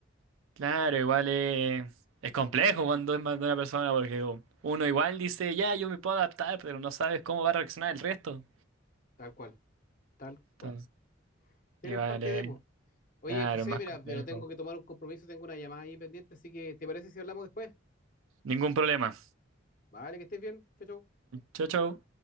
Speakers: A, on the right (about 80°); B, on the left (about 40°).
A: claro, igual eh, es complejo cuando es más de una persona porque como, uno igual dice, ya, yo me puedo adaptar, pero no sabes cómo va a reaccionar el resto.
B: tal cual, tal
A: Entonces,
B: cual. Pero
A: igual,
B: es parte
A: eh,
B: de, po. Oye,
A: claro,
B: José,
A: más
B: mira,
A: complejo.
B: pero tengo que tomar un compromiso, tengo una llamada ahí pendiente, así que ¿te parece si hablamos después?
A: Ningún problema.
B: Vale, que estés bien. Chao, chao.
A: Chau, chau.